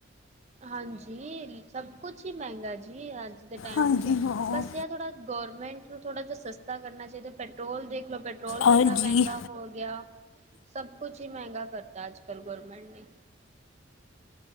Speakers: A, on the right; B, on the left.
A: ਹਾਂਜੀ, ਸਭ ਕੁਛ ਹੀ ਮਹਿੰਗਾ ਜੀ, ਅੱਜ ਦੇ ਟਾਈਮ
B: ਹਾਂਜੀ
A: ਵਿਚ,
B: ਹਾਂ
A: ਬਸ ਇਹ ਥੋੜਾ? ਗੋਰਮੈਂਟ ਨੂੰ ਥੋੜਾ ਜਿਹਾ ਸਸਤਾ ਕਰਨਾ ਚਾਹੀਦਾ। ਪੈਟਰੋਲ ਦੇਖ ਲੋ ਪੈਟਰੋਲ
B: ਹਾਂਜੀ
A: ਕਿੰਨਾ ਮਹਿੰਗਾ? ਹੋ ਗਿਆ ਸਭ ਕੁਛ ਹੀ ਮਹਿੰਗਾ ਕਰਤਾ ਅਜ ਕਲ ਗੌਰਮੈਂਟ ਨੇ।